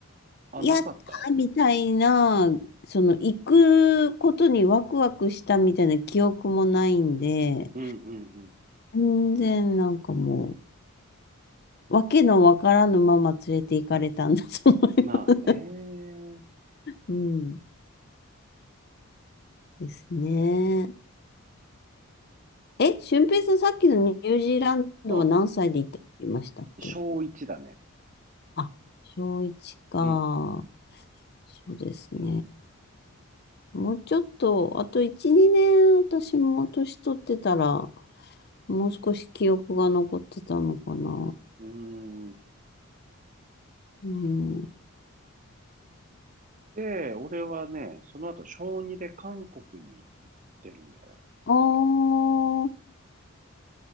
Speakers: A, on the right (about 35°); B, on the left (about 45°).
A: あ、
B: やったみたいな、
A: なかった
B: その、行くことにワクワクしたみたいな記憶もないんで、
A: うん、うん、うん。
B: 全然なんかもう、わけのわからぬまま連れて行かれたんだと思います。
A: まあね。
B: うん。ですね。え、俊平さん、さっきのニュージーランドは何歳で行ったって言いましたっけ
A: うん。小一だね。
B: あ、小1か。
A: うん。
B: そうですね。もうちょっと、あと1、2年、私も年取ってたら、もう少し記憶が残ってたのかな。
A: うーん。
B: うん。
A: で、俺はね、その後、小2で韓国に行ってるんだよね。
B: あー、